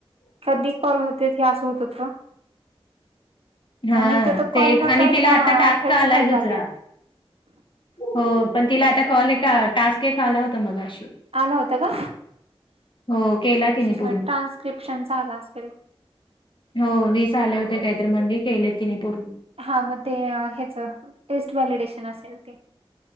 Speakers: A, on the right; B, on the left.
A: कधी पण होते हे असं होतत का
B: हा
A: इथं तर
B: ते
A: कॉल न
B: आणि
A: करता
B: तिला आता टास्क
A: अठ्ठावीस
B: आलाय
A: कॉल झालेत
B: दुसरा हो पण तिला आता कॉल एक टास्क एक आला होता मगशी
A: आला होता का
B: हो केला तिने पूर्ण
A: मग ट्रान्स्क्रिप्शनचा आला असेल
B: हो वीस आले होते काहीतरी म्हणे केले तिने पूर्ण
A: हा मग ते ह्याच टेस्ट व्हॅलिडेशन असेल ते